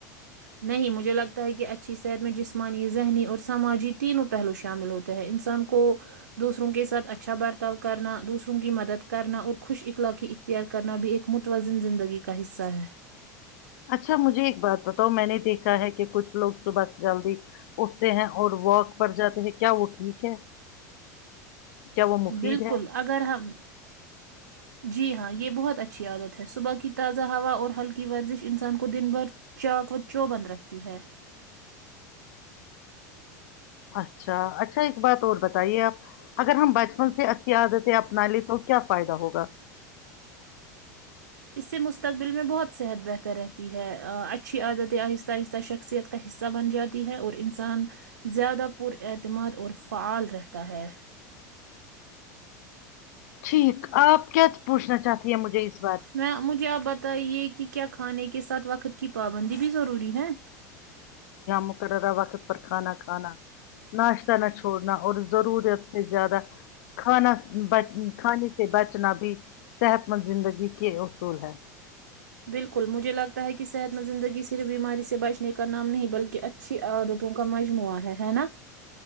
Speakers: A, on the right (about 85°); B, on the left (about 70°).
A: نہیں مجھے لگتا ہے کہ اچھی صحت میں جسمانی ذہنی اور سماجی تینوں پہلو شامل ہوتے ہیں انسان کو دوسروں کے ساتھ اچھا برتاؤ کرنا دوسروں کی مدد کرنا اور خوش اخلاقی اختیار کرنا بھی ایک متوازن زندگی کا حصہ ہے
B: اچھا مجھے ایک بات بتاؤ میں نے دیکھا ہے کہ کچھ لوگ صبح سے جلدی اٹھتے ہیں اور واک پر جاتے ہیں کیا وہ ٹھیک ہے کیا وہ مفید
A: بالکل
B: ہے
A: اگر ہم جی ہاں یہ بہت اچھی عادت ہے صبح کی تازہ ہوا اور ہلکی ورزش انسان کو دن بھر چاک و چو بند رکھتی ہے
B: اچھا اچھا ایک بات اور بتائیے آپ اگر ہم بچپن سے اچھی عادتیں اپنا لیے تو کیا فائدہ ہوگا
A: اس سے مستقبل میں بہت صحت بہتر رہتی ہے اچھی عادت آہستہ آہستہ شخصیت کا حصہ بن جاتی ہے اور انسان زیادہ پر اعتماد اور فعال رہتا ہے
B: ٹھیک آپ کیا پوچھنا چاہتی ہیں مجھے اس
A: میں مجھے آب <unintelligible> ت یہ کہ کیا کھانے کے ساتھ وقت کی پابندی بھی ضروری ہے
B: مقررہ وقت پر کھانا کھانا ناشتہ نہ چھوڑنا اور ضرورت سے زیادہ کھانا کھانے سے بچنا بھی صحت مند زندگی کے اصول ہیں
A: بالکل مجھے لگتا ہے کہ صحت م زندگی صرف بیماری سے بچنے کا نام نہیں بلکہ اچھی عادتوں کا مجموعہ ہے ہے نا